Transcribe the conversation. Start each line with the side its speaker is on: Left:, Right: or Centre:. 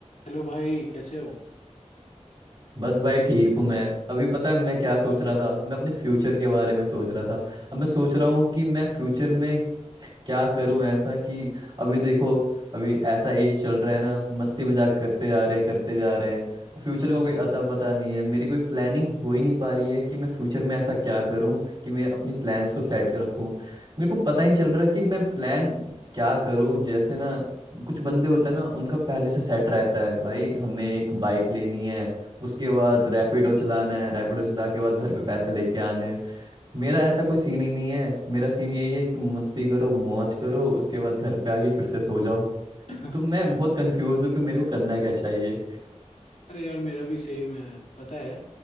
Left: Hello भाई कैसे हो
Right: बस भाई ठीक हूँ मैं अभी पता है मैं क्या सोच रहा था मैं अपने फ्यूचर के बारे में सोच रहा था अब मैं सोच रहा हूँ कि मैं फ्यूचर में क्या करूं ऐसा कि अभी देखो अभी ऐसा एज चल रहा है ना मस्ती मजाक करते जा रहे हैं करते जा रहे हैं फ्यूचर
Left: हाँ
Right: का कोई अता पता नहीं है मेरी कोई प्लानिंग हो ही नहीं पा रही है कि मैं फ्यूचर में ऐसा क्या करूं कि मैं अपनी प्लान्स को सेट कर रखूं मेरे को पता ही नहीं चल रहा कि मैं प्लान क्या करूं जैसे ना कुछ बंदे होते हैं ना उनका पहले से सेट रहता है भाई हमें एक बाइक लेनी है उसके बाद रैपिडो चलाना है रैपिडो चला के बाद घर पे पैसे लेके आने हैं मेरा ऐसा कोई सीन ही नहीं है मेरा सीन यही है कि मस्ती करो मौज करो उसके बाद घर पे आके फिर से सो जाओ
Left: <laughs>
Right: <laughs> तो मैं बहुत कंफ्यूज हूँ कि मेरे को करना क्या चाहिए
Left: अरे यार मेरा भी सेम है पता है